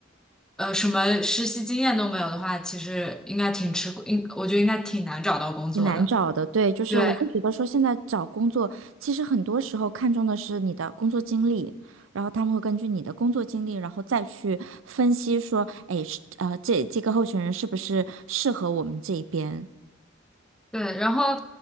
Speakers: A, in the centre; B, on the right.
A: 呃什么实习经验都没有的话，其实应该挺吃，应我觉得应该挺难找到工作的。
B: 挺难找的，对，就是我会觉得说，
A: 对，
B: 现在找工作，其实很多时候看重的是你的工作经历，然后他们会根据你的工作经历，然后再去分析说，哎，是呃，这这个候选人是不是适合我们这一边？
A: 对，然后